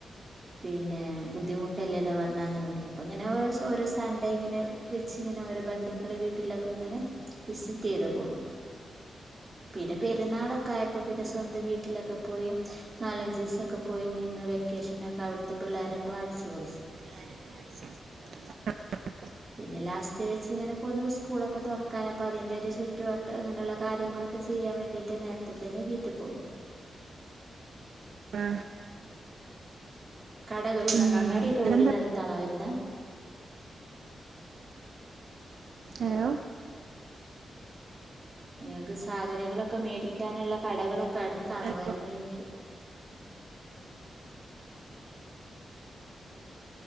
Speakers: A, on the right (about 25°); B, on the right (about 70°).
A: പിന്നെ ബുദ്ധിമുട്ടല്ലേന്ന്പറഞ്ഞാ ങ്ങനവുല്ല അപ്പൊങ്ങനെ ഓരോ സൺഡേ ഇങ്ങനെ വെച്ച് ങ്ങനെ ഓരോ ബന്ധുക്കളെ വീട്ടിലൊക്കെങ്ങനെ. വിസിറ്റ്യ്ത് പോന്ന് പിന്നെപെരുന്നാളൊക്കെ ആയപ്പോ പിന്നെ സ്വന്തം വീട്ടിലൊക്കെ പോയി നാലഞ്ചീസൊക്കെ പോയിനിന്ന് വെക്കേഷനൊക്കെ അവിടുത്തെ പിള്ളേരെപ്പ അടിച്ച് പൊളിച്ച്
B: <unintelligible>
A: പിന്നെ ലാസ്റ്റ് വെച്ച്ങ്ങനെ പോനു സ്കൂളൊക്കെ തുറക്കാനഅപ്പ അതിന്റോര്ചുറ്റുവ അങ്ങനെയുള് കാര്യങ്ങളൊക്കെ ചെയ്യാൻവേണ്ടിട്ട്നേരത്തെ തന്നെ വീട്ടിൽ പോന്നു
B: ആഹ്
A: കട <unintelligible>
B: ഉം,
A: അങ്ങാടിയൊക്കെ
B: വേറെന്താ?
A: വീടിനടുത്താണോ വരുന്നേ
B: അലോ
A: നിങ്ങക്ക് സാധനങ്ങളൊക്കെ മേടിക്യാ നുള്ള കടകളൊക്കെ അടുത്താണോ
B: ഹലോ
A: വരുന്നേയ്ക്ക